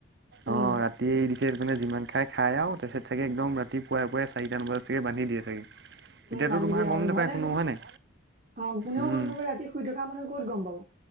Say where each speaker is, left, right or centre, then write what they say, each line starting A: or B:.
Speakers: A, on the right; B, on the right.
A: উম
B: অ' ৰা তিয়ে এৰি দিছে সেইকাৰণে যিমান খাই খাই আৰু তাৰপিছত চাগে একদম ৰাতিপুৱাই পুৱাই চাৰি টামান বজাত চাগে বান্ধি দিয়ে চাগে।
A: উম বান্ধি
B: তোমাৰ
A: দিয়ে
B: গম
A: অ
B: নাপায়
A: ঘৰলে,
B: কোনো হয় নাই
A: অ কোনেও
B: উম,
A: গম নাপায় ৰাতি শুই থকা মানুহে ক'ত গম পাব।